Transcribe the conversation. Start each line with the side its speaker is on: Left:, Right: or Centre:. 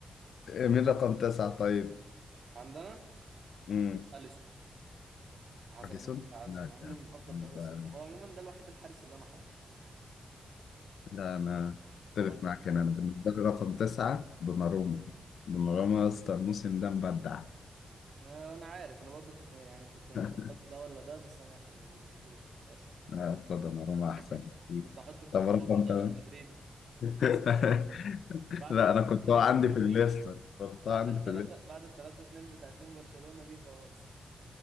Left: مين رقم تسعة طيب؟
Right: عندنا
Left: امم
Right: اليسون حصل
Left: أليسون
Right: 5 اليسون
Left: لا
Right: مع انه
Left: يا-
Right: من افضل
Left: لا
Right: حراس الم- هو عموما ده الوحيد الحارس اللي انا حاطه
Left: لا انا
Right: لا.
Left: اختلف
Right: عمل موسم
Left: معاك هنا
Right: حلو
Left: انا بالنسبه لي رقم تسعه دوناروما دوناروما يا اسطى الموسم ده مبدع
Right: آه، انا عارف انا برضو كنت يعني كنت محتار
Left: <laughs>
Right: احط ده ولا ده بس انا عشان ليفربولي في الاساس
Left: آه، دوناروما احسن
Right: <laughs>
Left: بكتير.
Right: كنت هحط كورتوا
Left: طب رقم
Right: برضه
Left: ثمانيه
Right: عشان مدريدي <laughs>
Left: <laughs>
Right: بس برضه بعد
Left: لا انا كورتوا
Right: 3
Left: عندي
Right: 2
Left: في الليسته
Right: دي
Left: كورتوا
Right: بعد
Left: عندي
Right: الثلاثة
Left: في الليسته
Right: بعد الثلاثة 2 بتاعتين برشلونة دي خلاص